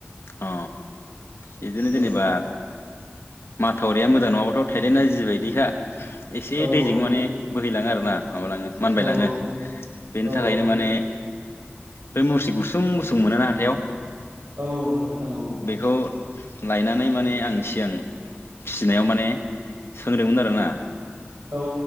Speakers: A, on the left; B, on the right.
A: अ बिदिनो जेनेबा
B: औ
A: माथावरिया मोजां नङाबाथ' थाइदेना जिबायदिखा। एसे
B: औ
A: दैजों माने बोहैलाङो आरो ना माबालाङो मानबायलाङो।
B: औ
A: बेनि
B: औ
A: थाखायनो माने बे मुरसि गुसुं गुसुं मोनोना हाथायाव
B: औ औ नंगौ नोंथां औ।
A: बेखौ लायनानै माने आं सिगां फिसिनायाव माने सोंदोंमोन आरोना।
B: औ